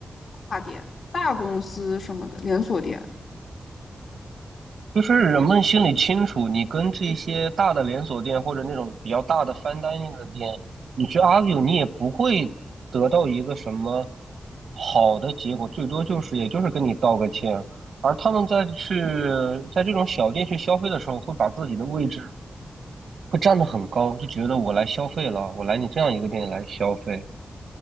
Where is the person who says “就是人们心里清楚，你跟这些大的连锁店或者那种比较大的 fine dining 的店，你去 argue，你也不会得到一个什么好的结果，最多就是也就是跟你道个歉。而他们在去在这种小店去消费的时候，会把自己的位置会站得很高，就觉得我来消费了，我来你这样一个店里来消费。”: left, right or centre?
Right